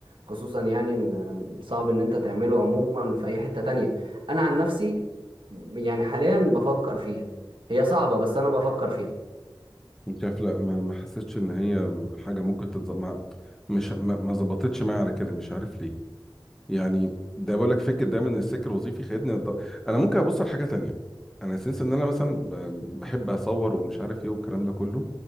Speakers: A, on the right (about 70°); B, in the centre.
A: خصوصا يعني ان صعب ان انت تعمله عموما في اي حتة تانية انا عن نفسي يعني حاليا بفكر فيها هي صعبة بس انا بفكر فيها
B: انت شايف لا ما ما حسيتش ان هي حاجه ممكن تتظبط مش ما ما ظبطتش معايا على كده مش عارف ليه يعني ده بقول لك فكره دايما إن السلك الوظيفي خدتني لط- انا ممكن ابص على حاجه تانية انا سنس ان انا مثلا ب- بحب اصور ومش عارف ايه والكلام ده كله